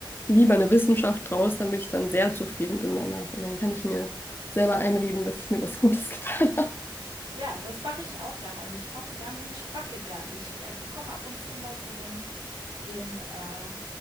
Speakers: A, on the left; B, on the right.
A: lieber eine Wissenschaft draus, damit ich dann sehr zufrieden bin danach. Und dann kann ich mir selber einreden, dass ich mir was Gutes <laughs> getan habe.
B: Ja, das mache ich auch gerne. Also, ich koche gern und ich backe gern. Ich, äh, bekomme ab und zu mal so den den, äh